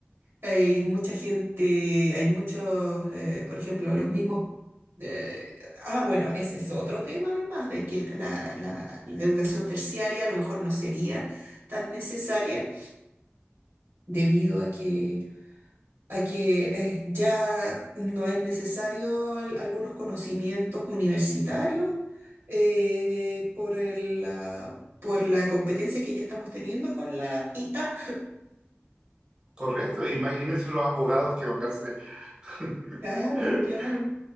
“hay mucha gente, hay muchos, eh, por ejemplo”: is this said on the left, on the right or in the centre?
Right